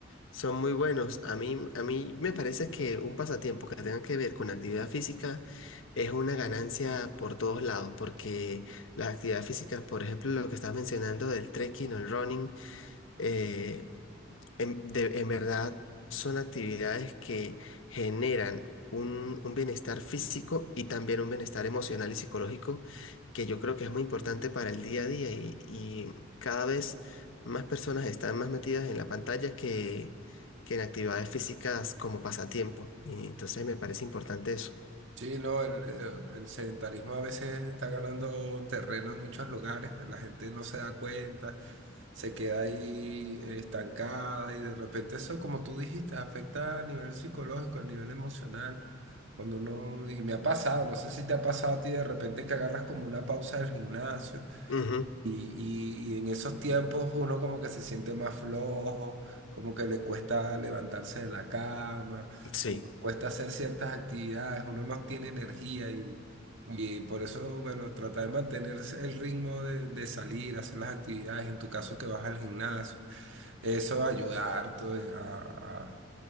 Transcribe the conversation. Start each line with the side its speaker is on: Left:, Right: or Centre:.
Left: son muy buenos. A mí, a mí me parece que un pasatiempo que tenga que ver con actividad física es una ganancia por todos lados, porque las actividades físicas, por ejemplo, lo que estás mencionando del trekking o el running, eh, en, de- en verdad son actividades que generan un, un bienestar físico y también un bienestar emocional y psicológico que yo creo que es muy importante para el día a día y, y cada vez más personas están más metidas en la pantalla que, que en actividades físicas como pasatiempo. Y entonces me parece importante eso.
Right: Sí, no, el, el- el sedentarismo a veces está ganando terreno en muchos lugares, la gente no se da cuenta, se queda ahí eh, estancada y de repente eso, como tú dijiste, afecta a nivel psicológico, a nivel emocional, cuando uno, y me ha pasado, no sé si te ha pasado a ti de repente que agarras como una pausa del gimnasio
Left: Ujú,
Right: y, y- y en esos tiempos uno como que se siente más flojo, como que le cuesta levantarse de la cama,
Left: sí.
Right: como que cuesta hacer ciertas actividades, uno no tiene energía y, y por eso, bueno, trata de mantener el ritmo de, de salir, hacer las actividades, en tu caso que vas al gimnasio, eso va a ayudar harto de- a, a,